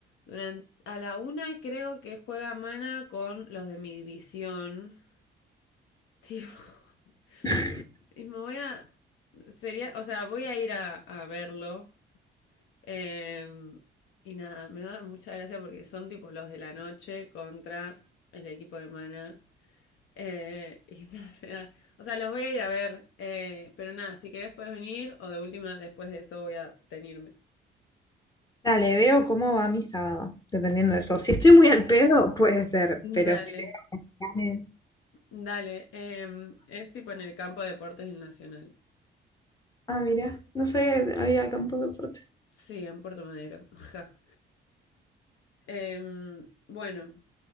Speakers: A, on the left (about 80°); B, on the left (about 20°).
A: durante a la una creo que juega Mana con los de mi división. Tipo, <laughs>
B: <laughs>
A: y me voy a, sería, o sea, voy a ir a, a verlo. Eh, y nada, me va a dar mucha gracia porque son tipo los de la noche contra el equipo de Mana. Eh, <laughs> y nada, me da- o sea, los voy a ir a ver. eh, pero nada, si querés puedes venir o de última, después de eso voy a tenirme.
B: Dale, veo cómo va mi sábado, dependiendo de eso. Si estoy muy al pedo, puede ser, pero
A: Dale,
B: si tengo planes.
A: dale. em, es tipo en el campo de deportes del Nacional.
B: Ah, mira, no sabía que había campo de deportes.
A: Sí, en Puerto Madero. <laughs> ja. Em, bueno,